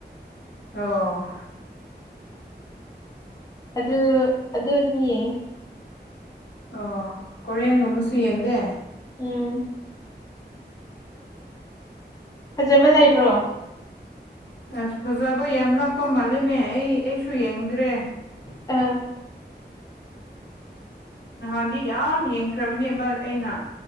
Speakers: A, on the left (about 75°); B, on the left (about 20°).
A: ꯑꯣ
B: ꯑꯗꯨ ꯑꯗꯨ ꯑꯗꯨꯝ ꯌꯦꯡꯉꯤ
A: ꯑꯣ ꯀꯣꯔꯤꯌꯟꯒꯨꯝꯕꯁꯨ ꯌꯦꯡꯗꯦ
B: ꯎꯝ ꯐꯖꯕ ꯂꯩꯕ꯭ꯔꯣ
A: ꯑꯁ ꯐꯖꯕ ꯌꯥꯝ ꯂꯥꯛꯄ ꯃꯥꯜꯂꯤꯅꯦ ꯑꯩ ꯑꯩꯁꯨ ꯌꯦꯡꯗ꯭ꯔꯦ
B: ꯑ
A: ꯅꯍꯥꯟꯗꯤ ꯌꯥꯝ ꯌꯦꯡꯈ꯭ꯔꯕꯅꯦꯕ ꯑꯩꯅ